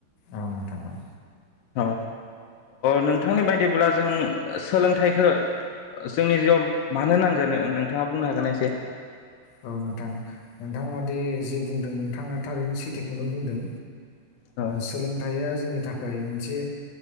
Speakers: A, on the left (about 60°); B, on the left (about 80°).
A: औ नोंथां औ।
B: अ नोंथांनि बायदि ब्ला जों सोलोंथाइखौ जोंनि जिआव मानो नांगोन नोंथाङा बुंनो हागोन ना एसे?
A: औ नोंथां नोंथाङा दे जे बुंदों नोंथाङा थारैनो सैथोखौनो बुंदों।
B: औ
A: सोलोंथाइया जोंनि था खाय मोनसे